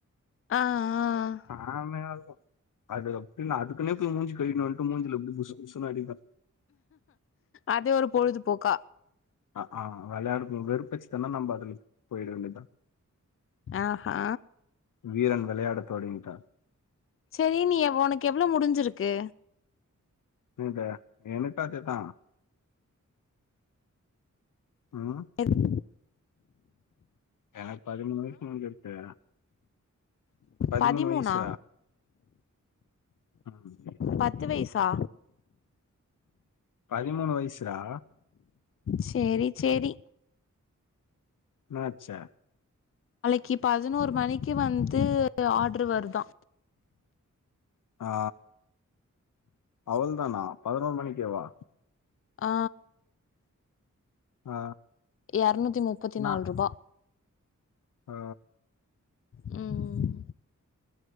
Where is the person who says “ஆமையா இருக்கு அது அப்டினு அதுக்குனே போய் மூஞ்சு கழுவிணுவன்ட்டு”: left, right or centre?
Left